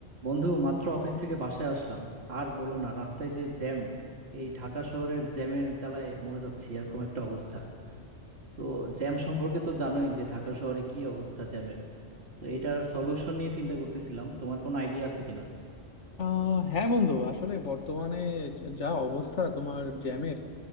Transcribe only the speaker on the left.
আহ হ্যাঁ বন্ধু আসলে বর্তমানে যা অবস্থা তোমার জ্যামের